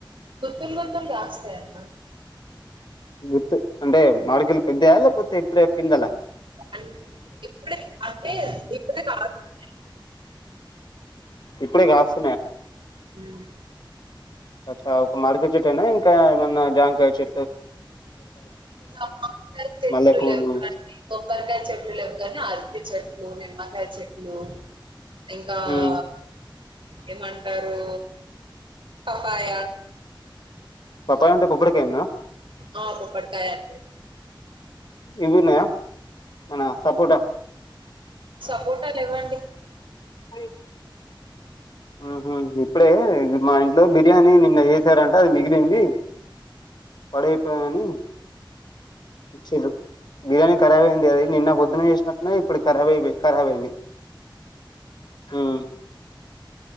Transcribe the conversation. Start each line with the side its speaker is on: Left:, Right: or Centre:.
Right: గుత్తుల్ గుత్తుల్ కాస్తయన్న
Left: గుత్తు అంటే మాడికాయలు పెద్దయా లేకపోతే ఇప్పుడే పిందలా
Right: అంత్ ఇప్పుడే అంటే ఇప్పుడడే కాస్తున్నాయి
Left: ఇప్పుడే కాస్త
Right: ఊ
Left: అచ్చ ఒక మామిడికాయ చెట్టేనా ఇంకా ఏమన్నా జామకాయ చె
Right: జామకాయ చెట్లు
Left: మల్లెపూలు
Right: లేవాలండి కొబ్బరికాయ చెట్లు లేవుగాని అరటి చెట్లు నిమ్మకాయ చెట్లు ఇంకా
Left: ఉమ్
Right: ఆ ఏమంటారు పప్పాయ
Left: పాపాయినంటే పోపాడికాయనా
Right: ఆ పోపడి కాయండి.
Left: ఇవిన్నాయా నా సపోట
Right: సపోర్ట లేవండి.
Left: ఐ హుహూ ఇప్పుడే మా ఇంట్లో బిర్యానీ నిన్న చేశారంట అది మిగిలింది. పాడై పేయని చిరు బిర్యానీ కారవే అది నిన్న పొద్దున చేసినట్టు ఇప్పుడు కారాబాయైపై కారవైనాయి. హు్